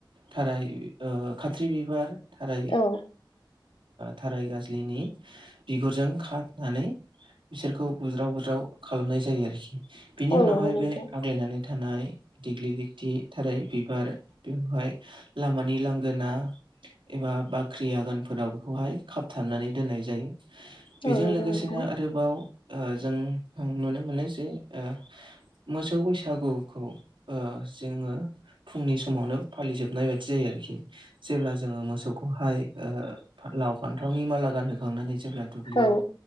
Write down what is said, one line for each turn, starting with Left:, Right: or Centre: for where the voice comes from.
Right: थाराय ओ खाथ्रि बिबार थाराय
Left: औ
Right: थाराय गाजलिनि बिगुरजों खानानै बिसोरखौ बुज्राव बुज्राव खालामनाय जायो आरोखि। बिनि
Left: औ नंगौ नोंथां औ
Right: उनावहाय
Left: नंगौ नोंथां
Right: बे आग्लायनानै थानाय दिग्लिलिथि थारै बिबार बेखौहाय लामानि लांगोना एबा बाख्रि आगानफोराव बेखौहाय खाबथानानै दोननाय जायो बेजों
Left: औ नंगौ
Right: लोगोसेनो
Left: नोंथां
Right: आरो गोबाव ओ जों नुनो मोनो जे ओ मोसौ बैसागुखौ ओ जोङो फुंनि समावनो फालिजोबनाय बायदि जायो आरोखि जेब्ला जोङो मोसौखौहाय ओ लाव फान्थावनि माला गानहोखांनानै जेब्ला दुब्लियाव
Left: औ